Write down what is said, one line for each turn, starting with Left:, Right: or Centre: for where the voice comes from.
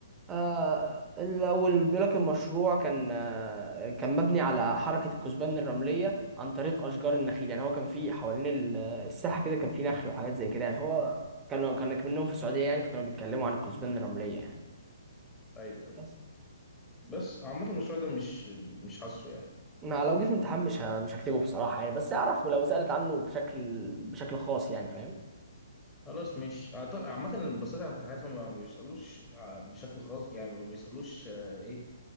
Right: آه ال- والبلاك المشروع كان آه كان مبني على حركة الكثبان الرملية عن طريق أشجار النخيل يعني هو كان في حوالين ال- الساحة كده كان في نخل وحاجات زي كده يعني فهو كانوا كان منهم في السعودية يعني فكانوا بيتكلموا عن الكثبان الرملية يعني
Left: ايوه ايوه
Right: بس
Left: بس عامة المشروع ده مش مش حاسه يعني
Right: ما لو جه في امتحان مش ه- مش هكتبه بصراحة يعني بس أعرفه لو سألت عنه بشكل بشكل خاص يعني فاهم
Left: خلاص مش عامة اللي بصيت على امتحاناتهم ما بيسألوش آه، بشكل خاص يعني ما بيسألوش آه، ايه